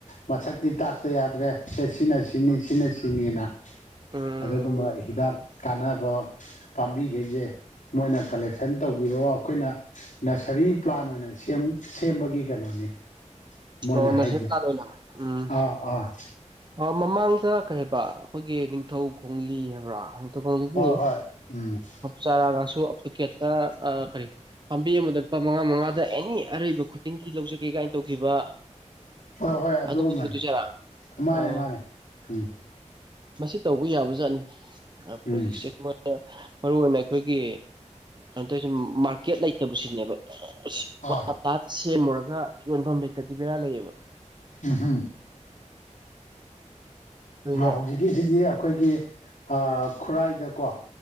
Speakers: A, on the left; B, on the right.
A: ꯃꯁꯛꯇꯤ ꯇꯥꯛꯇ ꯌꯥꯗ꯭ꯔꯦ ꯁꯦ ꯁꯤꯅ ꯁꯤꯅꯤ
B: ꯎꯝ
A: ꯁꯤꯅ ꯁꯤꯅꯤꯅ
B: ꯎꯝ
A: ꯑꯗꯨꯒꯨꯝꯕ ꯍꯤꯗꯥꯛ ꯀꯥꯟꯅꯕ ꯄꯥꯝꯕꯤꯒꯩꯖꯦ ꯃꯣꯏꯅ ꯀꯂꯦꯛꯁꯟ ꯇꯧꯕꯤꯔꯛꯑꯣ ꯑꯩꯈꯣꯏꯅ ꯅꯁꯔꯤ ꯄ꯭ꯂꯥꯟ ꯑꯣꯏꯅ ꯁꯦꯝ ꯁꯦꯝꯕꯒꯤ ꯀꯩꯅꯣꯅꯤ ꯃꯣꯏꯅ
B: ꯑꯣ
A: ꯍꯥꯏꯁꯦ
B: ꯅꯔꯖꯔꯤ ꯄ꯭ꯂꯥꯟ ꯑꯣꯏꯅ ꯎꯝ
A: ꯑꯥ ꯑꯥ
B: ꯑꯥ ꯃꯃꯥꯡꯗ ꯀꯩ ꯍꯥꯏꯕ ꯑꯩꯈꯣꯏꯒꯤ ꯅꯤꯡꯊꯧ ꯈꯣꯡꯂꯤ ꯍꯥꯏꯕ꯭ꯔꯥ ꯅꯤꯡꯊꯧꯈꯣꯡꯂꯤꯡꯂꯤ
A: ꯍꯣꯏ ꯍꯣꯏ ꯎꯝ
B: ꯍꯞ ꯆꯔꯥꯒꯁꯨ ꯄꯤꯀꯦꯠꯇ ꯑꯥ ꯀꯔꯤ ꯄꯥꯝꯕꯤ ꯑꯃꯥꯗ ꯂꯨꯄꯥ ꯃꯉꯥ ꯃꯉꯥꯗ ꯑꯦꯅꯤ ꯑꯔꯩꯕ ꯈꯨꯗꯤꯡꯒꯤ ꯂꯧꯖꯒꯦ ꯀꯥꯏꯅ ꯇꯧꯈꯤꯕ
A: ꯍꯣꯏ ꯍꯣꯏ ꯑꯗꯨꯒꯨꯝꯕꯅꯤ
B: ꯑꯗꯨꯝꯕꯗꯨ ꯑꯣꯏꯗꯣꯏꯖꯥꯔꯥ
A: ꯃꯥꯅꯦ
B: ꯑꯣ
A: ꯃꯥꯅꯦ ꯎꯝ
B: ꯃꯁꯤ ꯇꯧꯕ ꯌꯥꯕꯖꯥꯠꯅꯤ ꯑꯥ
A: ꯎꯝ
B: <unintelligible> ꯑꯥ ꯃꯔꯨ ꯑꯣꯏꯅ ꯑꯩꯈꯣꯏꯒꯤ ꯀꯩꯅꯣ ꯇꯧꯔꯤꯁꯦ ꯃꯥꯔꯀꯦꯠ ꯂꯩꯇꯕꯁꯤꯅꯦꯕ ꯑꯁ
A: ꯑꯥ
B: ꯄꯥꯠ <unintelligible> ꯁꯦꯝꯃꯨꯔꯒ ꯌꯣꯟꯐꯝ ꯂꯩꯇꯗꯤ ꯕꯦꯔꯥ ꯂꯩꯌꯦꯕ
A: ꯎꯝ ꯍꯝ
B: ꯑꯗꯨꯅ
A: ꯍꯧꯖꯤꯛꯀꯤꯁꯤꯗꯤ ꯑꯩꯈꯣꯏꯒꯤ ꯑꯥ ꯈꯨꯔꯥꯏꯗꯀꯣ